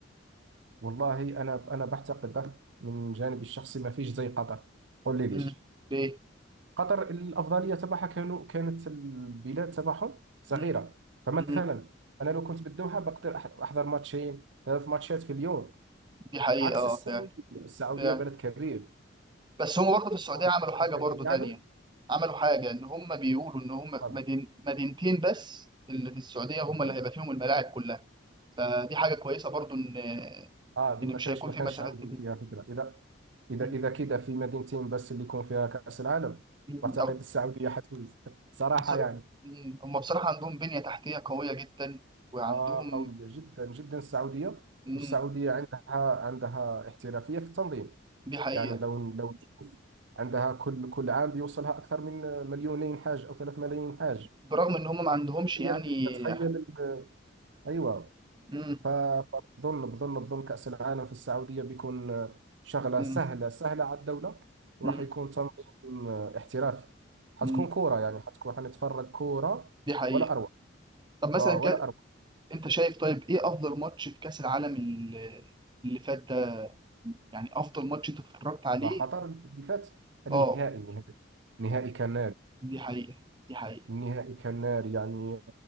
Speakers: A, on the right (about 65°); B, on the right (about 20°).
A: والله انا انا بعتقد من جانبي الشخصي ما فيش زي قطر قول لي ليش
B: امم ليه
A: قطر الأفضلية تبعها كانوا كانت البلاد تبعهم صغيرة
B: امم
A: فمثلا
B: امم
A: أنا لو كنت بالدوحة بقدر أح- أحضر ماتشين ثلاث ماتشات في اليوم
B: دي حقيقة
A: عكس
B: اه
A: السعودية
B: فعلا
A: السعودية
B: فعلا
A: بلد كبير
B: بس هم برضه في السعودية
A: السعودية
B: عملوا
A: بلد
B: حاجة برضه
A: كبير يعني
B: تانية عملوا حاجة إن هم بيقولوا إن هم
A: تفضل
B: مدين مدينتين بس اللي في السعودية هم
A: مهم.
B: اللي هيبقى فيهم الملاعب كلها فدي حاجة كويسة برضه إن
A: اه دي
B: إن
A: ما
B: مش
A: كانش
B: هيكون
A: ما
B: في
A: كانش
B: مسافات
A: عندي
B: كتير
A: فيها فكرة إذا إذا
B: مم.
A: إذا كده في مدينتين بس اللي يكون فيها كأس العالم
B: مم.
A: بعتقد
B: أو
A: السعودية حتفوز <laughs> صراحة
B: بص-
A: يعني
B: مم. هم بصراحة عندهم بنية تحتية قوية جدا وعندهم
A: آه قوية جدا جدا السعودية
B: مم.
A: والسعودية عندها عندها احترافية في التنظيم
B: دي حقيقة
A: يعني لو لو تشوف عندها كل كل عام بيوصلها أكثر من مليونين حاج أو ثلاث ملايين حاج
B: برغم إن هم ما عندهمش
A: تخيل
B: يعني
A: تخيل ال- أيوة
B: مم.
A: ف- فبظن بظن بظن كأس العالم في السعودية بيكون شغلة
B: مم.
A: سهلة سهلة على الدولة وراح
B: مم.
A: يكون تنظيم احترافي حتكون
B: مم.
A: كورة يعني حتكون حنتفرج كورة
B: دي حقيقة
A: ولا أروع
B: طب مثلا
A: و- ولا أروع
B: انت شايف طيب ايه افضل ماتش في كاس العالم اللي اللي فات ده يعني افضل ماتش انت اتفرجت عليه
A: مع قطر اللي فات النهائي
B: اه
A: النهائي نهائي كان
B: دي حقيقة دي حقيقة
A: النهائي كان ناري يعني